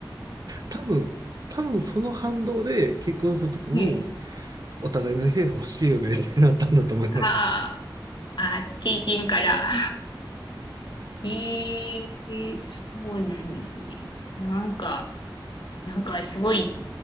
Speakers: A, on the right; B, on the left.
A: 多分、多分その反動で結婚した時に、
B: うん。
A: お互いの部屋欲しいよねってなったんだと思います。
B: ああ、ああ、経験から。ええそうなんですね。なんか、なんかすごい